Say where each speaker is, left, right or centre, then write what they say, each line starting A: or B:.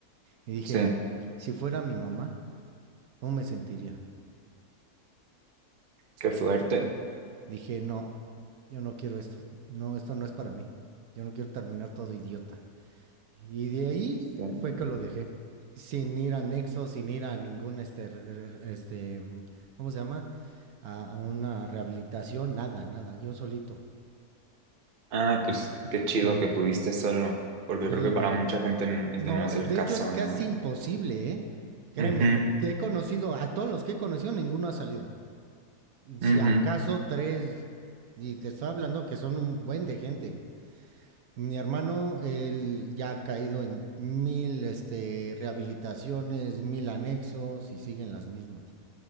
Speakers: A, on the right; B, on the right.
A: Y dije,
B: sí.
A: si fuera mi mamá, ¿cómo me sentiría?
B: Qué fuerte.
A: Dije, no, yo no quiero esto. No, esto no es para mí. Yo no quiero terminar todo idiota. Y de ahí
B: Sí.
A: fue que lo dejé. Sin ir a Nexo, sin ir a ningún, este, este ¿cómo se llama? A, a una rehabilitación, nada, nada. Yo solito.
B: Ah, pues qué chido
A: Sí,
B: que pudiste solo, porque
A: sí,
B: creo que para
A: me...
B: mucha gente n- este
A: No,
B: no es
A: de
B: el caso,
A: hecho es casi
B: ¿no?
A: imposible, ¿eh? Créeme,
B: Ujú,
A: te he conocido, a todos los que he conocido, ninguno ha salido. si
B: ujú,
A: acaso tres, y te estoy hablando que son un buen de gente. Mi hermano, él ya ha caído en mil este, rehabilitaciones, mil anexos y siguen las mismas.